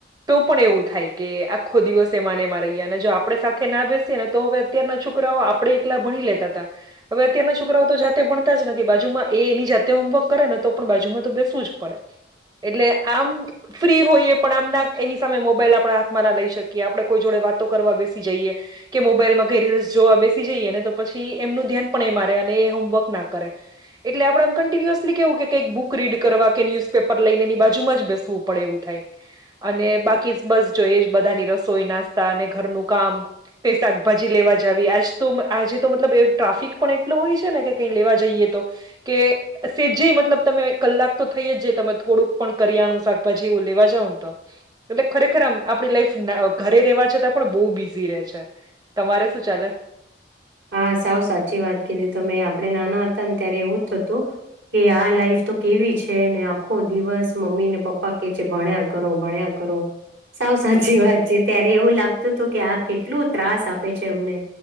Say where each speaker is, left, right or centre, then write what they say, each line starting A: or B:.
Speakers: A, on the right; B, on the right.
A: તો પણ એવું થાય કે આખો દિવસ એમાં ને એમાં રહીએ અને જો આપણે સાથે કે ના બેસીએ ને તો હવે અત્યારના છોકરાઓ આપણે એકલા ભણી લેતા હતા. હવે અત્યારના છોકરાઓ તો જાતે ભણતા જ નથી. બાજુમાં એ એની જાતે હોમવર્ક કરે ને તો પણ બાજુમાં તો બેસવું જ પડે. એટલે આમ ફ્રી હોઈએ પણ આમ ના એની સામે મોબાઈલ આપણા હાથમાં ના લઈ શકીએ, આપડે કોઈ જોડે વાતો કરવા બેસી જઈએ. કે મોબાઈલમાં કઈ રીલ્સ જોવા બેસી જઈએ ને તો પછી એમનું ધ્યાન પણ એ મારે અને એ હોમવર્ક ના કરે. એટલે આપણે એમ કન્ટિન્યુઅસલી કેવું કે કંઈક બુક રીડ કરવા, કે ન્યુઝપેપર લઈને એની બાજુમાં જ બેસવું. પડે એવું થાય અને બાકી જ બસ જોઈએ જ બધાની રસોઈ, નાસ્તા અને ઘરનું કામ. કઈ શાકભાજી લેવા જાવી આજ તો આજે તો મતલબ ટ્રાફિક પણ એટલો હોય છે ને કે કઈ લેવા જઈએ તો કે સેજે મતલબ તમે કલાક તો થઈએ જ તમે થોડુંક પણ કરિયાણું, શાભાજી એવું લેવા જાવ ને તો એટલે ખરેખર આમ, આપણી લાઈફ અ ઘરે રહેવા છતાં પણ બો બીઝી બીઝી રેય છે, તમારે શું ચાલે?
B: હા, સાવ સાચી વાત કીધી તમેં. આપડે નાના હતા ને ત્યારે એવું જ થતું. કે આ લાઈફ તો કેવી છે ને આખો દિવસ મમ્મી ને પપ્પા કે છે, ભણ્યા કરો, ભણ્યા કરો. કરો. સાવ સાચી વાત છે, ત્યારે એવું લાગતું હતું કે આ કેટલું ત્રાસ આપે છે અમને.